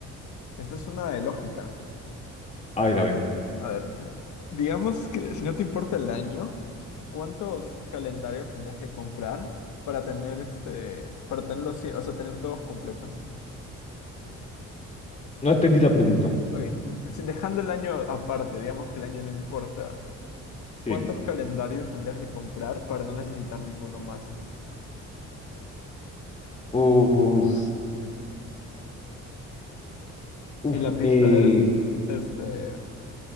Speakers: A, on the left (about 70°); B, on the left (about 25°).
A: Esta es una de lógica.
B: A ver, a ver,
A: A ver, Digamos que si no te importa el año, ¿cuántos calendarios tendrías que comprar para tener este, para tenerlos, sí, o sea, tener todos completos, ¿no?
B: no entendí la pregunta.
A: Oye, <clears throat> si dejando el año aparte, digamos que el año no importa, ¿cuántos
B: Sí.
A: calendarios tendrías que comprar para no necesitar ninguno más?
B: Uf, uf,
A: Y la pista
B: eh,
A: es, este,